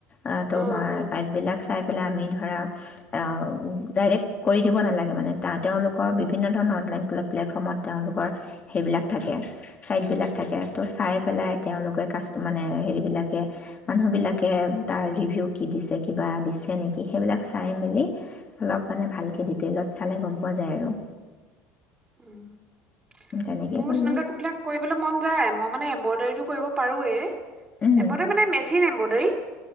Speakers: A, on the left (about 30°); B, on the right (about 15°).
A: অহ ', তোমাৰ
B: অ অ
A: এডবিলাক চাই পেলাই আমি ধৰা অহ ', ডাইৰেক্ট কৰি দিব না লাগে মানে তা তেওঁলোকৰ বিভিন্ন ধৰণৰ অনলাইন প্লেটফৰ্মত তেওঁলোকৰ সেইবিলাক থাকে। চাইডবিলাক
B: উম
A: থাকে ত', চাই পেলাই তেওঁলোকে কাষ্ট, মানে, হেৰিবিলাকে, মানুহবিলাকে, তাৰ ৰিভিউ কি দিছে, কিবা দিছে নেকি, সেইবিলাক চাই-মেলি অলপ, মানে, ভালকে দি টেইলত চালে গম পোৱা যায় আৰু
B: উম',
A: তেনেকেই
B: মোৰ
A: কৰিলোঁ
B: <unintelligible> বিলাক কৰিবলে মন যায়। মই, মানে, এম্ব্ৰইডাৰী টো কৰিব পাৰোঁৱে এম্ব্ৰইডাৰী,
A: উম,
B: মানে, মেচিন এম্ব্ৰইডাৰী।